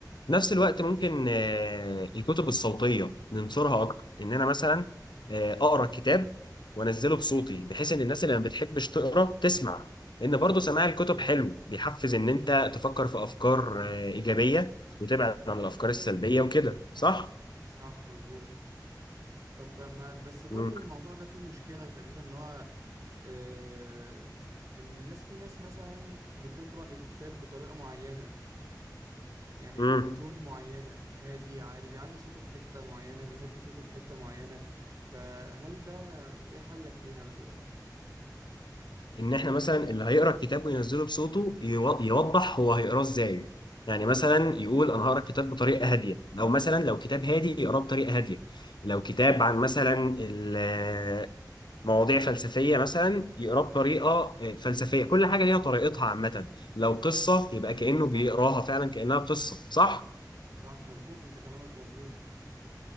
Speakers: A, on the left; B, on the right.
A: في نفس الوقت ممكن آه، الكتب الصوتية ننشرها أكتر إن أنا مثلا آه، أقرأ كتاب وأنزله بصوتي بحيث إن الناس اللي ما بتحبش تقرأ تسمع لأن برضه سماع الكتب
B: أيوة
A: حلو بيحفز إن أنت تفكر في أفكار آه، إيجابية
B: صح
A: وتبعد عن الأفكار السلبية وكده صح؟
B: صح مظبوط طب ما بس برضو
A: مم.
B: الموضوع ده فيه مشكلة خفيفة إن هو آه، ان الناس في ناس مثلا بتقرأ الكتاب بطريقة معينة يعني
A: مم.
B: او بتون معينة هادي عالي بيعلي صوته في حتة معينة بيهدي صوته في حتة معينة فهل ده ايه حلك ليها مثلا
A: ان احنا مثلا اللي هيقرا الكتاب وينزله بصوته يو- يوضح هو هيقراه ازاي يعني مثلا يقول انا هقرا الكتاب بطريقه هاديه او مثلا لو كتاب هادي يقراه بطريقه هاديه لو كتاب عن مثلا ال- مواضيع فلسفيه مثلا يقراه بطريقه آه، فلسفيه كل حاجه ليها طريقتها عامه لو قصه
B: صح
A: يبقى كانه
B: صح
A: بيقراها فعلا كانها قصه صح
B: صح مظبوط انت كلامك مظبوط